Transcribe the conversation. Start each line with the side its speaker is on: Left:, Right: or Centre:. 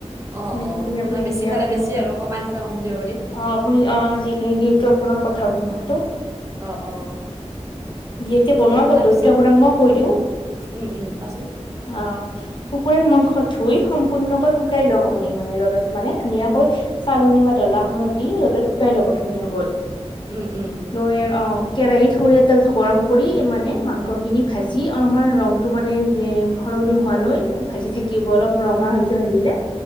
Right: অ',
Left: যিখিনি
Right: অ', কোনোবাই
Left: আপুনি
Right: বেছি
Left: দিয়ে আৰু
Right: খালে
Left: নিমখ
Right: বেছি আৰু, কমাই খালে কম দিব পাৰি।
Left: অ', আপুনি অ', যিখিনি দিয়ে এইটো আপোনাৰ কথা নিমখটো।
Right: অ অ
Left: দি এতিয়া, বনোৱা
Right: তাৰপিছত
Left: পদ্ধতিটো আপোনাক মই কৈ দিওঁ।
Right: উম, উম, কোৱাচোন।
Left: অ'। কুকুৰাৰ মাংস ধুই, সম্পূৰ্ণকৈ শুকাই লওঁক, আপুনি মানে ৰ'দত, মানে ধুনীয়াকৈ। চালনি বা ডলাখনত দি, ৰ'দত শুকাই ল'ব ধুনীয়াকৈ।
Right: উম, উম।
Left: লৈ অ', কেৰাহীত সৰিয়হ তেলটো গৰম কৰি, মানে মাংসখিনি ভাজি অলপমান ৰং টো মানে যে, সলনি হোৱালৈ ভাজি থাকিব অলপ ৰঙা হৈ যে ভাজিলে।